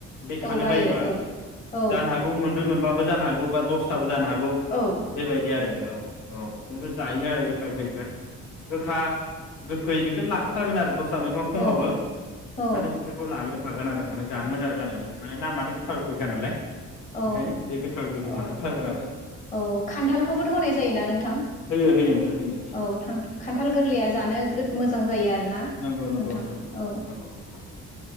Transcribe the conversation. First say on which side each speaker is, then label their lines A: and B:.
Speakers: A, on the left; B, on the left.
A: बे खानो
B: औ बायो
A: बायोबा
B: औ औ
A: जानो हागौ मोन बै मोनबाबो जानो हागौ बा दसथाबो जानो हाग गौ
B: औ
A: बेबायदि आरो औ औ खिनथु जायो आरो गोख खा गैखा गोखा गोखै बेफोर लाखाथारगोन आरो दस्रा मैगं खमबाबो
B: औ औ
A: माने बेफोरखौ लाग्रोखागोन आरो माने जानो मोजां जानायनि माने नामानो गोख खा गोखैखा नालाय।
B: औ
A: ओंखायनो बे गोखा गोखैखौ
B: औ
A: थाखाथारगोन आरो
B: औ खान्थालखौबोथ' होनाय जायोना नोंथां?
A: होयो होयो नोंथां होयो होयो
B: औ खान्थाल
A: होयो
B: गोरलैया जानो मोजां जायो आरोना
A: नंगौ नंगौ
B: नोंथां
A: नोंथा नंगौ
B: औ
A: नंगौ नंगौ